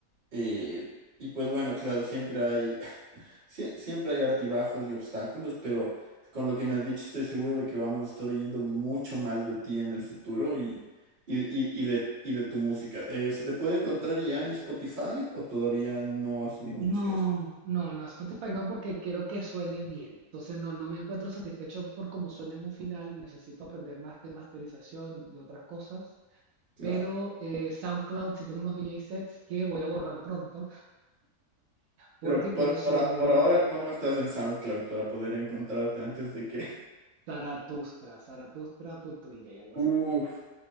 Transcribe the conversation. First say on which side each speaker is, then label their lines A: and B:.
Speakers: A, on the right (about 35°); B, on the right (about 65°).
A: Eh, y pues bueno, claro, siempre hay, <laughs> sie- siempre hay altibajos y obstáculos, pero con lo que me has dicho estoy seguro de que vamos a estar oyendo mucho más de ti en el futuro y, y, y- y de, y de tu música. Eh, ¿se te puede encontrar ya en Spotify o todavía no has subido
B: No,
A: música?
B: no, no, Spotify no, porque quiero que suene bien. Entonces no, no me encuentro satisfecho por cómo suena en un final. Necesito aprender más de masterización, de otras cosas.
A: Claro.
B: Pero eh, SoundCloud sí tengo unos DJ sets que voy a borrar pronto porque
A: Pero
B: quiero
A: por,
B: subir
A: por a- por ahora, ¿cómo estás en SoundCloud para poder encontrarte antes de que...
B: Zaratustra, zaratustra.dj,
A: <laughs>
B: algo
A: Uf,
B: así.